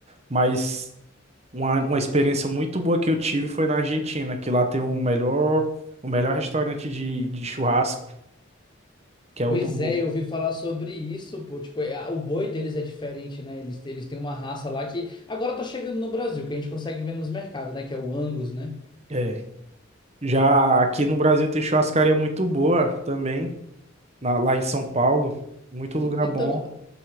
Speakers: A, on the right; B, on the left.
A: mas uma, uma experiência muito boa que eu tive foi na Argentina, que lá tem o melhor, o melhor restaurante de, de churrasco, que é
B: Pois
A: o Don Juan.
B: é, eu ouvi falar sobre isso, pô. Tipo, é- o boi deles é diferente, né? Eles, eles têm uma raça lá que agora tá chegando no Brasil, que a gente consegue ver nos mercados, né? Que é o Angus, né?
A: É. Já aqui no Brasil tem churrascaria muito boa também, na- lá em São Paulo, muito
B: E-
A: lugar
B: então,
A: bom.